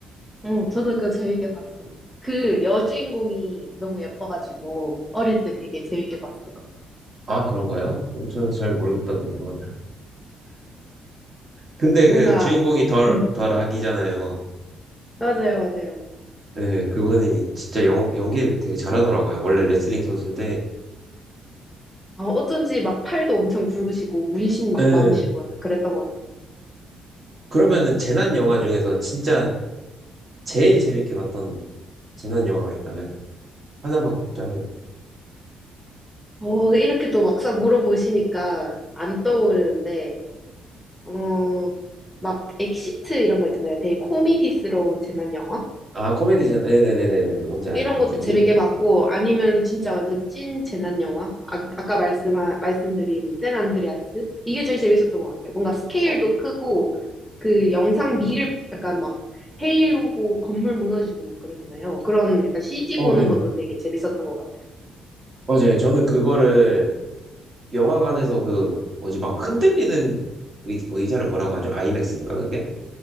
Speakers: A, in the centre; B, on the right.
A: 응, 저도 그거 재밌게 봤던 것 같아요. 그 여주인공이 너무 예뻐가지고 어릴 때 되게 재밌게 봤어요.
B: 아, 그런가요? 저는 잘 모르겠던데, 그건. 근데
A: 뭔가,
B: 그 주인공이 덜,
A: 음,
B: 덜 악이잖아요.
A: 맞아요, 맞아요.
B: 네, 그분이 진짜 연, 연기를 되게 잘하더라고요. 원래 레슬링 선수인데,
A: 어, 어쩐지 막 팔도 엄청 굵으시고, 문신 막
B: 예.
A: 많으시고, 약간 그랬던 것 같아요.
B: 그러면은
A: 어,
B: 재난 영화 중에서 진짜 제일 재밌게 봤던 재난 영화가 있다면 하나만 꼽자면
A: 어, 이렇게 또 막상 물어보시니까 안 떠오르는데, 어, 막 엑시트 이런 거 있잖아요. 되게 코미디스러운 재난 영화?
B: 아 코미디잖아. 네네네네. 뭔지 알
A: 이런
B: 것
A: 것도
B: 같아요.
A: 재밌게
B: 그, 네.
A: 봤고, 아니면 진짜 완전 찐 재난 영화? 아, 아까 말씀하, 말씀드린 샌 안드레아스? 이게 제일 재밌었던 것 같아요. 뭔가 스케일도
B: 어,
A: 크고, 그 영상 미를 약간 막 헤일 오고 건물 무너지고 막 그러잖아요. 그런 약간 CG
B: 어,
A: 보는
B: 네네.
A: 것도 되게 재밌었던 것 같아요.
B: 맞아요. 저는 그거를 영화관에서 그 뭐지 막 흔들리는 의, 의자를 뭐라고 하죠? 아이맥스인가 그게?